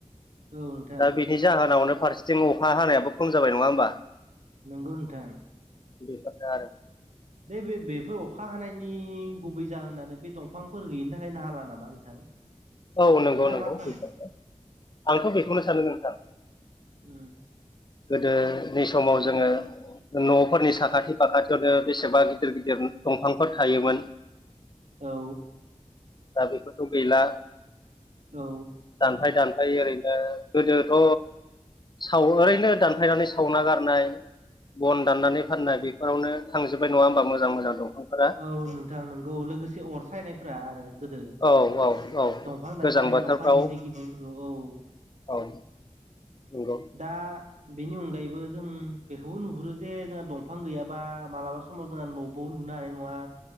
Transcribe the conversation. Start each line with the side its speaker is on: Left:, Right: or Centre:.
Right: औ नोंथां
Left: दा बिनि जाहोनावनो फारि अहा हानायाबो खम जाबाय नङा होमबा?
Right: नंगौ नोंथां।
Left: बिफ आरो ।
Right: बे बे बेफोर अखा हानायनि गुबै जाहोनानो बे दंफांफोर गैयिनि थाखायनो हाला नामा नोंथां?
Left: औ नंगौ
Right: नोंथाङा
Left: नंगौ
Right: मा सानो
Left: बेनो आंथ' बेखौनो सानो नोंथां ।
Right: उ
Left: गोदोनि समाव जोङो न'फोरनि साखाथि फाखाथियावनो बेसेबा गिदिर गिदिर दंफांफोर थायोमोन
Right: औ
Left: दा बेफोरखौ गैला
Right: औ
Left: दानफाय दानफ ओमफ्राय ओरैनो गोदोथ' साव ओरैनो दानफायनानै सावना गारनाय बन दाननानै फाननाय बेफोरावनो थांजोब्बाय नङा मोजां मोजां दंफांफोरा
Right: औ नोंथां नंगौ लोगोसे अर सायनायफोरा आरो गो दंफां
Left: औ औ औ
Right: दानै
Left: गोजां
Right: दानाय
Left: बोथोरफ्राव
Right: दंफां गिदिर गिदिर औ ।
Left: औ नंगौ
Right: दा बेनि अनगायैबो जों बेखौबो नुहुरो जे जोंहा दंफां गैयाबा मालाबा समाव जोंहा न'बो दु लुनो हानाय नङा